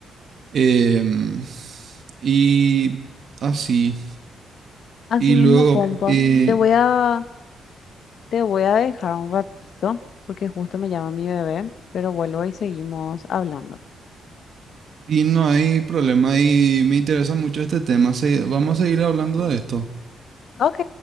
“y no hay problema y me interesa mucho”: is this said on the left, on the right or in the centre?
Right